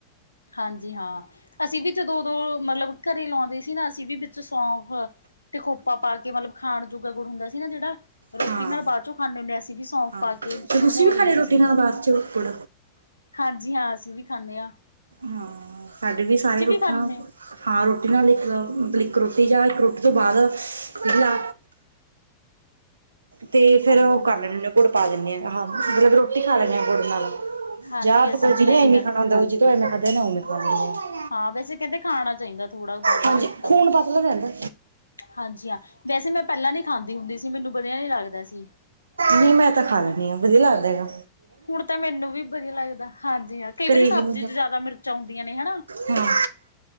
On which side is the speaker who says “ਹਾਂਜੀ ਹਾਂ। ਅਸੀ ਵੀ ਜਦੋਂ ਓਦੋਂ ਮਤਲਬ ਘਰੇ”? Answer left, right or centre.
Left